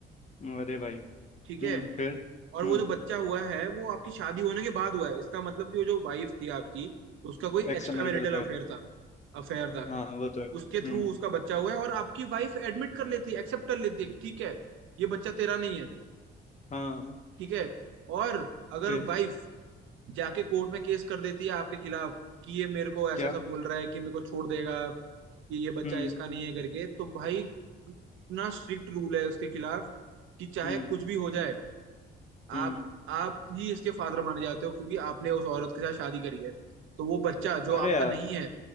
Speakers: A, on the left; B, on the right.
A: हम्म, अरे भाई
B: ठीक
A: हम्म
B: है
A: फिर
B: और
A: हम्म
B: वो जो बच्चा हुआ है वो आपकी शादी होने के बाद हुआ है इसका मतलब कि वो जो वाइफ थी आपकी उसका कोई
A: Extra
B: एक्स्ट्रा
A: marital
B: मैरिटल
A: affair
B: अफेयर था अफेयर था
A: हाँ वो तो है
B: उसके
A: हम्म
B: थ्रू उसका बच्चा हुआ है और आपकी वाइफ एडमिट कर लेती है एक्सेप्ट कर लेती है कि ठीक है ये बच्चा तेरा नहीं है
A: हाँ
B: ठीक है और अगर
A: फिर
B: वाइफ जाके कोर्ट में केस कर देती है आपके खिलाफ कि ये मेरे को ऐसा
A: क्या
B: ऐसा बोल रहा है कि मेरे को छोड़ देगा कि ये बच्चा
A: हम्म
B: इसका नहीं है करके तो भाई इतना स्ट्रिक्ट रूल है उसके खिलाफ कि चाहे
A: हम्म
B: कुछ भी हो जाए आप
A: हम्म
B: आप ही इसके फादर माने जाते हो क्योंकि आपने उस औरत के साथ शादी करी है तो वो बच्चा जो
A: अरे
B: आपका
A: यार
B: नहीं है